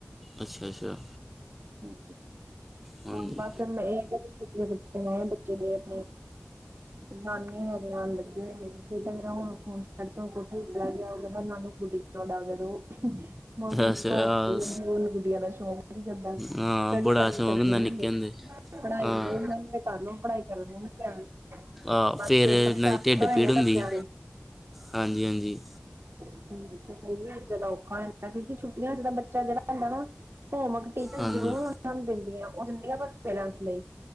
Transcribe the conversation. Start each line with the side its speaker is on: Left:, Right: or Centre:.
Centre: ਅੱਛਾ -ਅੱਛਾ।
Right: ਹੂ,
Centre: ਹਾਂਜੀ
Right: ਹਾਂ ਬਸ ਮ ਇਹ ਸੀ ਛੁੱਟ ਬੱਚੇ ਮ ਆਪਣੇ ਨਾਨੀ ਲੱਗੇ ਹੋਏ ਨੇ। ਫਿਰ ਤਾਂ ਮੇਰਾ ਹੁਣ ਫੋਨ ਛੱਡੁ ਕੋਠੇ ਵਿਚ ਚਲਾ ਗਿਆ ਉਹ ਕਹਦਾ ਨ ਗੁੱਡੀਆਂ ਉਡਾ ਦੋ। ਮੌਸਮ
Centre: ਅੱਛਾ
Right: ਸੁਧਾਰ ਚਾਹੀਦਾ, ਗੁੱਡੀਆਂ ਦਾ ਸ਼ੌਕ ਨਹੀਂ ਜਾਂਦਾ।
Centre: ਹਾਂ
Right: ਸਟੱਡੀ
Centre: ਬੜਾ
Right: ਕਰਨ
Centre: ਸ਼ੌਂਕ
Right: ਚੱਗੇ
Centre: ਹੁੰਦਾ
Right: ਨੇੁੰਗੇ।
Centre: ਨਿੱਕੇ ਹੁੰਦੇ
Right: ਪੜ੍ਹਾਈ
Centre: ਹਾਂ
Right: ਬੋਲ ਰਗੇ ਘ ਨੂੰ ਪੜ੍ਹਾਈ ਕਰਨ ਨੂੰ ਨਾ ਧਿਆਨ।
Centre: ਆ
Right: ਬਾਅਦ
Centre: ਫਿਰ
Right: ਚ ਪੇਪਰ
Centre: ਇਹਨਾਂ
Right: ਸਟਾਰਟ
Centre: ਦੀ ਢਿੱਡ
Right: ਹੋਏ
Centre: ਪੀੜ
Right: ਨੇ
Centre: ਹੁੰਦੀ।
Right: ਬੱਚਿਆਂ
Centre: ਹਾਂਜੀ -ਹਾਂਜੀ।
Right: ਹੂ, ਵੀ ਜ ਔਖਾ ਹੁੰਦਾ ਕਿਉਂਕਿ ਛੁੱਟੀਆਂ ਚ' ਤਾਂ ਬੱਚਾ ਜਿਹੜਾ ਹੁੰਦਾ ਨਾ ਹੋਮਰਕ ਜ਼ਰੂਰ
Centre: ਹਾਂਜੀ
Right: ਉਹ ਨੂੰ ਦਿੰਦੀਆਂ, ਉਹ ਦਿੰਦੀਆਂ ਪਰ ਪੇਰੈਂਟਸ ਲਈ।